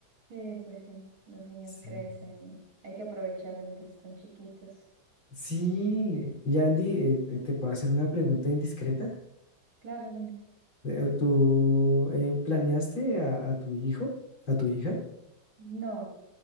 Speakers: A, on the right; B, on the left.
A: Sí, pues sí, los niños
B: sí.
A: crecen y hay que aprovechar mientras están chiquitos.
B: Sí, y Andy, eh, eh, te puedo hacer una pregunta indiscreta.
A: Claro, dime.
B: Eh, ¿Tú eh, planeaste a, a tu hijo, a tu hija?
A: No,